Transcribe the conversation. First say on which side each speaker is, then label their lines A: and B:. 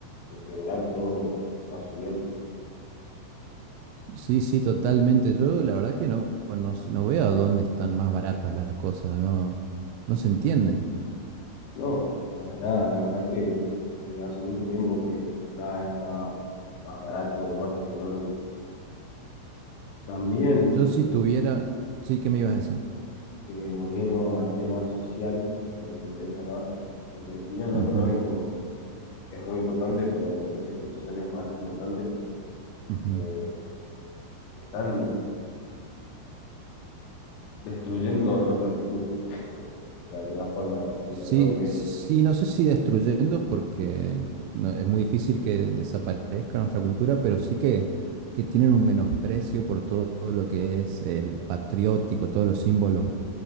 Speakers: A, on the left; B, on the right.
A: en general todo va subiendo.
B: Sí, sí, totalmente. Yo la verdad que no, no, s- no veo a dónde están más baratas las cosas, no, no se entiende.
A: No, para nada, la verdad que desde hace mucho tiempo que nada está más barato o más económico. También,
B: Yo si tuviera, sí, ¿qué me ibas a decir?
A: eh, volviendo al tema social, que me interesa más, porque si bien lo
B: Ujú,
A: económico es muy importante, pero me parece que lo social es más importante,
B: ujú.
A: eh, están destruyendo nuestra cultura, de alguna forma, si
B: Sí,
A: lo tengo que decir,
B: sí, no sé si destruyendo, porque no- es muy difícil que desaparezca nuestra cultura, pero sí que, que tienen un menosprecio por todo lo que es el patriótico, todos los símbolos